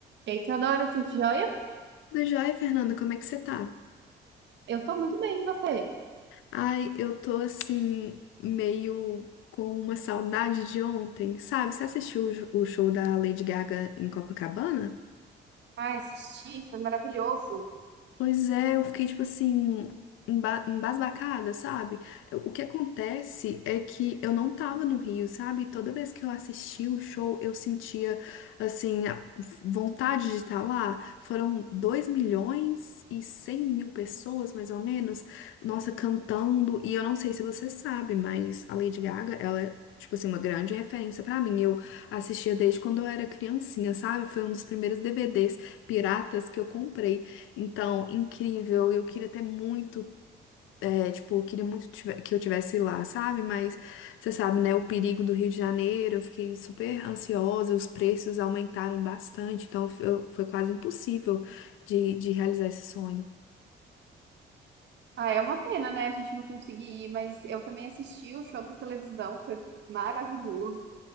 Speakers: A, on the right (about 65°); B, on the left (about 85°).
A: Eita, adoro esse joia.
B: Tudo jóia, Fernanda? Como é que você tá?
A: Eu tô muito bem, e você?
B: Ai, eu tô assim, meio com uma saudade de ontem, sabe? Você assistiu o jo- o show da Lady Gaga em Copacabana?
A: Ai, assisti, foi maravilhoso.
B: Pois é, eu fiquei tipo assim, emba embasbacada, sabe? Eu- O que acontece é que eu não tava no Rio, sabe? Toda vez que eu assistia o show, eu sentia, assim, a vontade de estar lá. Foram dois milhões e cem mil pessoas, mais ou menos, nossa, cantando. E eu não sei se você sabe, mas a Lady Gaga, ela é. Tipo assim, uma grande referência pra mim. Eu assistia desde quando eu era criancinha, sabe? Foi um dos primeiros DVDs piratas que eu comprei. Então, incrível. Eu queria ter muito, é, tipo, eu queria muito tive- que eu tivesse lá, sabe? Mas você sabe, né, o perigo do Rio de Janeiro, eu fiquei super ansiosa, os preços aumentaram bastante, então eu- foi quase impossível de, de realizar esse sonho.
A: Ah, é uma pena, né? A gente não conseguir ir, mas eu também assisti o show da televisão, foi maravilhoso.